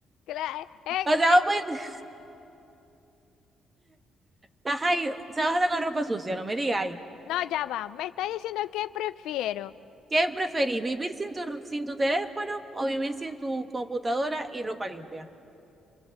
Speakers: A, on the left; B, on the right.
A: Cla- eh,
B: o sea,
A: eh,
B: vos puedes- ajá, y- o sea, vas a estar con ropa sucia, no me digas.
A: No, ya va. Me está diciendo que prefiero.
B: ¿Qué preferís? ¿Vivir sin tu, sin tu teléfono o vivir sin tu computadora y ropa limpia?